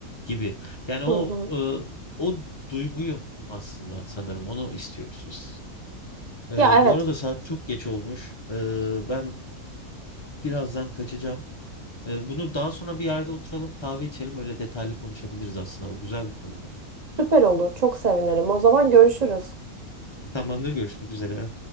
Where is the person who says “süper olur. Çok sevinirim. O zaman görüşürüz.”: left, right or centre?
Right